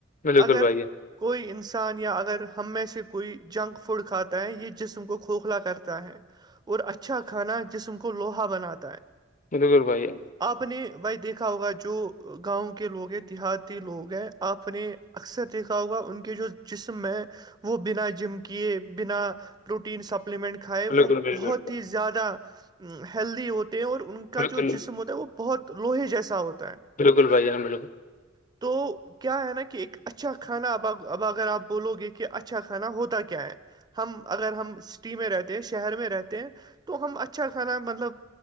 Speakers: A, on the left; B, on the right.
A: بالکل
B: اگر
A: بھائی جان
B: کوئی انسان یا اگر ہم میں سے کوئی جنک فوڈ کھاتا ہے یہ جسم کو کھوکھلا کرتا ہے اور اچھا کھانا جسم کو لوہا بناتا ہے
A: ملکور بھائی
B: آپ نے بھائی دیکھا ہوگا جو گاؤں کے لوگ ہیں دیہاتی لوگ ہیں آپ نے اکثر دیکھا ہوگا ان کے جو جسم ہے وہ بنا جم کیے بنا پروٹین سپلیمنٹ کھائے
A: بالکل
B: وہ
A: بالکل
B: بہت ہی زیادہ ہیلدی ہوتے ہیں اور ان
A: بالکل
B: کا جو جسم ہوتا ہے وہ بہت لوہے جیسا ہوتا ہے
A: بالکل بھائی بالکل
B: عتو کیا ہے نا کہ ایک اچھا کھانا اب اب اگر آپ بولو گے کہ اچھا کھانا ہوتا کیا ہے ہم اگر ہم سٹی میں رہتے ہیں شہر میں رہتے ہیں تو ہم اچھا کھانا مطلب